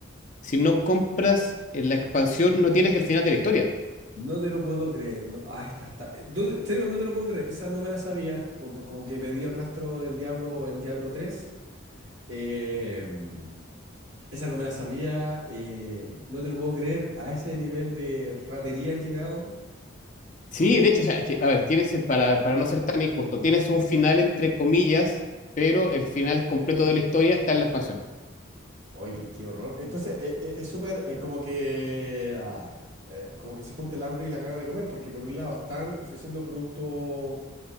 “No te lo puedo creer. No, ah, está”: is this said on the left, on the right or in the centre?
Right